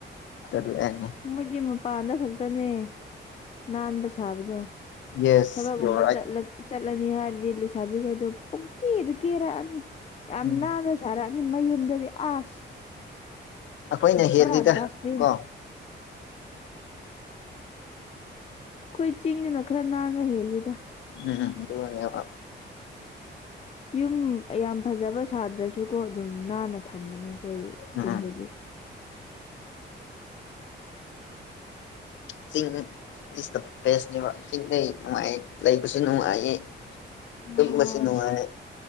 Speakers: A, on the left; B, on the left.
A: <unintelligible>
B: ꯃꯣꯏꯗꯤ ꯃꯄꯥꯟꯗ ꯈꯛꯇꯅꯦ ꯅꯟꯕ ꯁꯕꯗꯣ
A: ꯌꯦꯁ
B: ꯊꯕꯛꯒꯨꯝꯕ
A: ꯌꯨ ꯑꯥꯔ ꯔꯥꯏꯠ
B: ꯆꯠꯂ ꯆꯠꯂꯅꯤ ꯍꯥꯏꯔꯗꯤ ꯂꯩꯁꯕꯤꯈꯩꯗꯣ ꯄꯨꯡ ꯀꯦꯗ ꯀꯦꯔꯛꯑꯅꯤ ꯌꯥꯝ
A: ꯎꯝ
B: ꯅꯟꯕꯁ ꯁꯥꯔꯛꯑꯅꯤ ꯃꯌꯨꯝꯗꯗꯤ ꯑꯁ
A: ꯑꯈꯣꯏꯅ ꯍꯦꯜꯂꯤꯗ
B: ꯄꯨꯔꯥ ꯗꯁꯕꯤꯟ
A: ꯀꯣ
B: ꯈꯣꯏ ꯆꯤꯡꯗꯅ ꯈꯔ ꯅꯟꯕ ꯍꯦꯜꯂꯤꯗ
A: ꯎꯝ ꯗꯨꯅꯦꯕ
B: ꯌꯨꯝ ꯌꯥꯝ ꯐꯖꯕ ꯁꯥꯗ꯭ꯔꯁꯨꯀꯣ ꯑꯗꯨꯝ ꯅꯟꯅ ꯊꯝꯕꯅꯦ ꯈꯣꯏ
A: ꯎꯝ
B: ꯆꯤꯡꯗꯗꯤ
A: ꯎꯝ ꯆꯤꯡ ꯏꯁ ꯗꯥ ꯕꯦꯁꯅꯦꯕ ꯆꯤꯡꯗꯩ ꯅꯨꯡꯉꯥꯏ ꯂꯩꯕꯁꯨ ꯅꯨꯡꯉꯥꯏꯌꯦ ꯇꯨꯝꯕꯁꯨ
B: ꯍꯣꯏ
A: ꯅꯨꯡꯉꯥꯏ